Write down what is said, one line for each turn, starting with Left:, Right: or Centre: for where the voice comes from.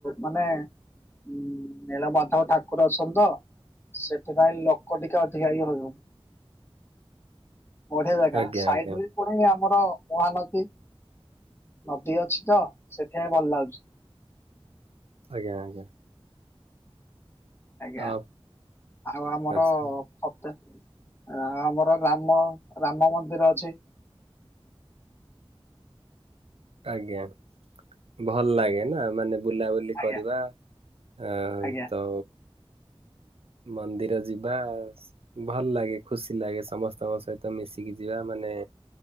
Left: ମାନେ ଉ ନୀଳମାଧବ ଠାକୁର ଅଛନ୍ତି ତ ସେଥିପାଇଁ ଲୋକ ଟିକେ ଅଧିକା ଇଏ ହଉଛନ୍ତି। ବଢିଆ ଜାଗା
Right: ଆଜ୍ଞା
Left: ସାଇଟ୍
Right: ଆଜ୍ଞା
Left: ରେ ଠି ଆମର ମହାନଦୀ ନଦୀ ଅଛି ତ ସେଥିପାଇଁ ଭଲ ଲାଗୁଛି।
Right: ଆଜ୍ଞା ଆଜ୍ଞା।
Left: ଆଜ୍ଞା
Right: ଆ
Left: ଆଉ ଆମର
Right: ଆଚ୍ଛା
Left: ଖତ ଆ ଆମର ରାମ ରାମ ମନ୍ଦିର ଅଛି।
Right: ଆଜ୍ଞା ଭଲ ଲାଗେ ନା ମାନେ ବୁଲାବୁଲି
Left: ଆଜ୍ଞା
Right: କରିବା ଏଁ
Left: ଆଜ୍ଞା
Right: ତ ମନ୍ଦିର ଯିବା ଭଲ ଲାଗେ ଖୁସି ଲାଗେ ସମସ୍ତଙ୍କ ସହିତ ମିଶିକି ଯିବା ମାନେ ଏ